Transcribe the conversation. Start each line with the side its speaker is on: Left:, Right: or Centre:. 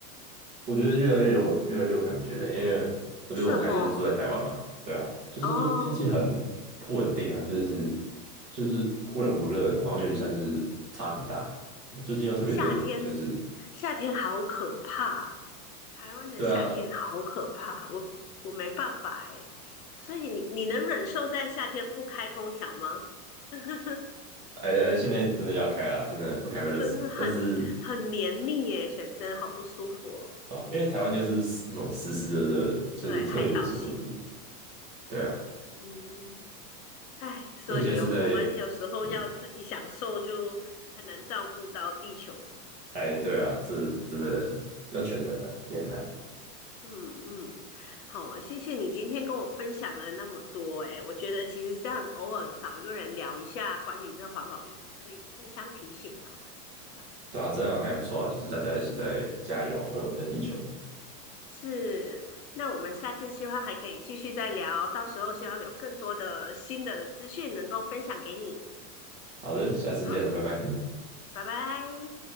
Right: 我觉得越来越有越来越有感觉了，因为我觉得我还是住在台湾嘛，
Left: 是吼，
Right: 对啊，就是天气很
Left: 哦，
Right: 不稳定啊，就是就是忽冷忽热，然后就一下就是差很大，最近又特别热，
Left: 夏天
Right: 就是
Left: 夏天好可怕啊台湾的夏天好可怕，
Right: 对啊，
Left: 我我没办法哎。所以你你能忍受在夏天不开空调吗？<laughs>
Right: 哎哎，现在真的要开了，真的不开会热死，
Left: 真的很
Right: 但是
Left: 很黏腻耶，全身好不舒服哦。
Right: 啊，因为台湾就是那种湿湿热热的，
Left: 嗯，
Right: 就是特别不舒服，
Left: 对，海岛型，
Right: 对啊，
Left: 嗯。唉，所以哦，
Right: 那你现在是在
Left: 我们有时候要自己享受，
Right: 嗯，
Left: 就很难照顾到地球。
Right: 哎，对啊，这真的要权衡了，也很难。
Left: 嗯嗯，好，谢谢你今天跟我分享了那么多。诶，我觉得其实这样偶尔找一个人聊一下关于这环保议题，可以互相提醒吧。对，
Right: 对啊，这样还不错啊，就是大家一起在加油啊为我们的地球啊
Left: 是。那我们下次希望还可以继续再聊，到时候希望有更多的新的资讯能够分享给你。
Right: 好的，下次见了，
Left: 好，
Right: 拜拜。
Left: 拜拜。